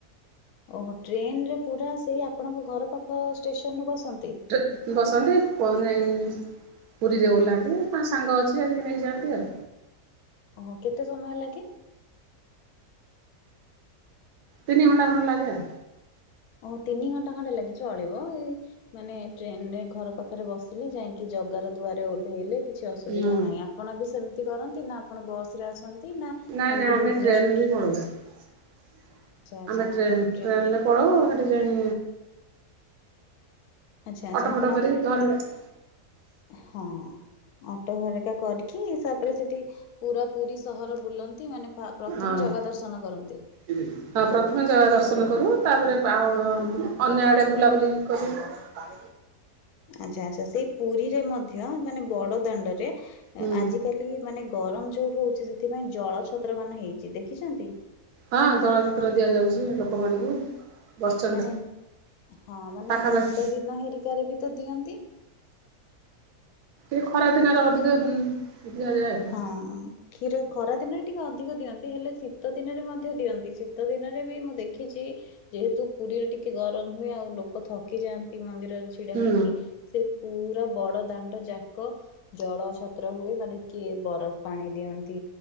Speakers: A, on the left; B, on the right.
A: ଓହୋ ଟ୍ରେନରେ ପୁରା ସେଇ ଆପଣଙ୍କ ଘର ପାଖ ଷ୍ଟେସନରୁୁ ବସନ୍ତି।
B: <unintelligible> ବସନ୍ତି ପଉନଇି <unintelligible> ପୁରୀରେ ଓହ୍ଲାନ୍ତି ତାଙ୍କ ସାଙ୍ଗ ଅଛି ଆଜିକି ନେଇଯାଆନ୍ତି ଆଉ
A: ଓହୋ କେତେ ସମୟ ଲାଗେ?
B: ତିନି ଘଣ୍ଟା ଖଣ୍ଡେ ଲାଗେ ଆଉ
A: ଓ ତିନିଘଣ୍ଟା ଖଣ୍ଡେ ଲାଗେ ଚଳିବ ଏଇ ମାନେ ଟ୍ରେନରେ ଘର ପାଖରେ ବସିଲେ ଯାଇକି ଜଗ ଘର ଦୁଆରେ ଓହ୍ଲେଇଲେ। କିଛି ଅସୁବିଧା
B: ହୁଁ
A: ନାହିଁ ଆପଣ ବି ସେମିତି କରନ୍ତି ନା ଆପଣ ବସ ରେ ଆସନ୍ତି ନା
B: ନାଇଁ
A: ଏମିତି
B: ନାଇଁ
A: ଭୁବନେସ୍ୱର
B: ଟ୍ରେନରେ ବି ଆମେ ଟ୍ରେନ
A: ଆଚ୍ଛା
B: ଟ୍ରେନରେ
A: ଆପଣ ବି ଟ୍ରେନ
B: ପଳଉ କେଜାଣି
A: ଆଚ୍ଛା ଆଚ୍ଛା
B: ଅଟ
A: ଆପଣ
B: ଫଟ କରି ଘର ଭଡ଼ା
A: ହଁ ଅଟୋ ହରକା କରିକି ତାପରେ ସେଠି ପୁରା ପୁରୀ ସହର ବୁଲନ୍ତି ମାନେ ପ୍ରଥମେ
B: ହଁ।
A: ଜାଗା ଦର୍ଶନ କରନ୍ତି।
B: <unintelligible> ହଁ ପ୍ରଥମେ ଜଗା ଦର୍ଶନ କରୁ ତାପରେ ଅନ୍ୟ ଆଡେ ବୁଲାବୁଲି କରୁ। <unintelligible>
A: ଆଛା ଆଚ୍ଛା ସେଇ ପୁରୀରେ ମଧ୍ୟ ମାନେ ବଡ ଦାଣ୍ଡରେ
B: ହୁଁ
A: ଆଜିକାଲି ମାନେ ଗରମ ଯୋଉ ହଉଛି ସେଥିପାଇଁ ଜଳ ଛତ୍ର ମାନ ହେଇଛି ଦେଖିଛନ୍ତି।
B: ହଁ ଜଳଛତ୍ର ଦିଆଯାଉଛି ଲୋକମାନଙ୍କୁ। ବସଷ୍ଟାଣ୍ଡ
A: ମାନେ ହଁ ମାନେ
B: ପାଖାପାଖି
A: ଶୀତ ଦିନ ହେରିକାରେ ବି ତ ଦିଅନ୍ତି।
B: ଏ ଖରା ଦିନରେ ଅଧିକ ଦିଆଯାଏ ହୁଁ
A: ହଁ। କ୍ଷୀର ଖରା ଦିନରେ ଟିକେ ଅଧିକ ଦିଅନ୍ତି ହେଲେ ଶୀତ ଦିନରେ ମଧ୍ୟ ଦିଅନ୍ତି ଶୀତ ଦିନରେ ବି ମୁଁ ଦେଖିଛି। ଯେହେତୁ ପୁରୀରେ ଟିକେ ଗରମ ହୁଏ ଆଉ ଲୋକ ଥକି ଯାଆନ୍ତି ମନ୍ଦିରରେ ଛିଡା
B: ହଁ
A: ହେଇକି ସେ ପୁରା ବଡଦାଣ୍ଡ ଯାକ ଜଳ ଛତ୍ର ହୁଏ ମାନେ କିଏ ବରଫ ପାଣି ଦିଅନ୍ତି